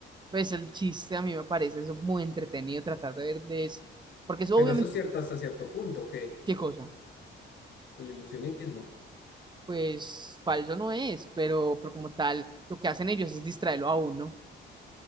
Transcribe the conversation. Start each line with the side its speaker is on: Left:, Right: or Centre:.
Right: Pues el chiste a mí me parece eso muy entretenido tratar de verles, porque eso
Left: Pero
Right: obviamente,
Left: eso es cierto hasta cierto punto, que
Right: ¿qué cosa?
Left: el ilusionismo.
Right: Pues falso no es, pero, pero como tal, lo que hacen ellos es distraerlo a uno,